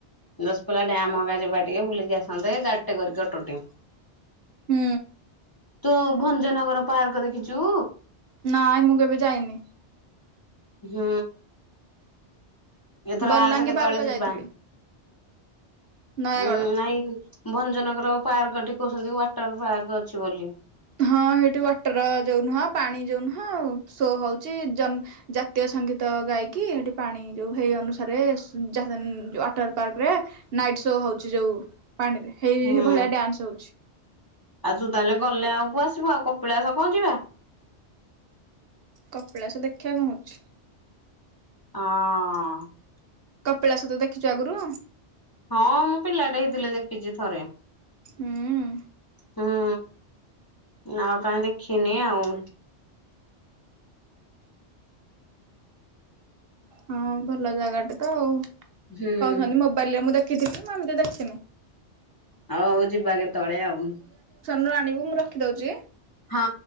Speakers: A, on the left (about 25°); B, on the right (about 65°).
A: ଦଶପ୍ଲା ଡ୍ୟାାମ ହଙ୍ଗା ଯିବା ଟିକେ ବୁଲିକି ଆସନ୍ତେ! ଗାଡି ଟେ କରିକି ଅଟୋ ଟେ।
B: ହୁଁ।
A: ତୁ ଭଞ୍ଜନଗର ପାର୍କ ଦେଖିଛୁ?
B: ନାଇଁ ମୁଁ କେବେ ଯାଇନି।
A: ହୁଁ। ଏଥର
B: ବଲାଙ୍ଗୀ
A: ଆସ କେତେବେଳେ
B: ପାର୍କ
A: ଯିବା!
B: ଯାଇଥିଲି ନୟାଗଡ଼
A: ଉଁ ନାଇଁ ଭଞ୍ଜନଗର ପାର୍କଠି କହୁଛନ୍ତି, ୱାଟର ପାର୍କ ଅଛି ବୋଲି।
B: ହଁ ସେଇଠି ୱାଟର ଯୋଉ ନୁହଁ ପାଣି ଯୋଉ ନୁହଁ ସୋ ହଉଛି। ଜନ୍ ଜାତୀୟ ସ ସଙ୍ଗୀତ ଗାଇକି ହେଠି ପାଣି ଯୋଉ ହେଇ ଅନୁସାରେ ସ ଯା ୱାଟର ପାର୍କ ରେ ନାଇଟ ଶୋ ହଉଛି! ଯୋଉ ପାଣିରେ ହେଇ
A: ହୁଁ
B: ଭଳିଆ ଡ୍ୟାନ୍ସ ହଉଛି।
A: ଆଉ ତୁ ତାହେଲେ ଗଲେ ଆଉକୁ ଆସିବୁ ଆଉ କପିଳାସ କଣ ଯିବା।
B: କପିଳାସ ଦେଖିବା କଣ ହଉଛି।
A: ହଁ।
B: କପିଳାସ ତୁ ଦେଖିଛୁ ଆଗରୁ।
A: ହଁ ମୁଁ ପିଲାଟା ହେଇଥିଲେ ଦେଖିଛି ଥରେ
B: ହୁଁ
A: ହୁଁ। ଆଉ କାହିଁ ଦେଖିନି ଆଉ।
B: ହଁ ଭଲ ଜାଗା ଟେ ତ ଆଉ
A: ହୁଁ
B: କହୁଛନ୍ତି! ମୋବାଇଲ ରେ ମୁଁ ଦେଖ କିଥିଲି ମୁଁ ଏମିତି ଦେଖିନି।
A: ଆଉ ହଉ ଯିବା କେତେବେଳେ ଆଉ।
B: ନୁ ଆଣିବୁ ମୁଁ ରଖିଦଉଛି।
A: ହଁ।